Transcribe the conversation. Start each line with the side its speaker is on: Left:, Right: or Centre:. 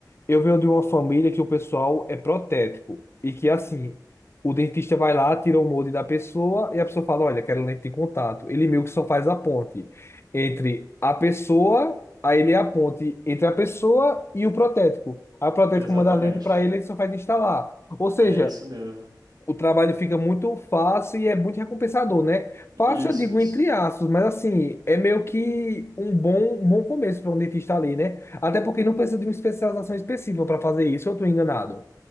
Left: Eu venho de uma família que o pessoal é protético e que, assim, o dentista vai lá, tira o molde da pessoa e a pessoa fala: Olha, quero lente de contato. Ele meio que só faz a ponte entre a pessoa, aí ele é a ponte entre a pessoa e o protético. Aí o protético
Right: Exatamente.
Left: manda a lente para ele, ele só faz instalar. Ou seja,
Right: É isso mesmo.
Left: o trabalho fica muito fácil e é muito recompensador, né?
Right: Isso,
Left: Fácil, eu digo
Right: isso.
Left: entre aspas, mas assim, é meio que um bom, um bom começo para um dentista ali, né? Até porque não precisa de uma especialização específica para fazer isso, eu estou enganado.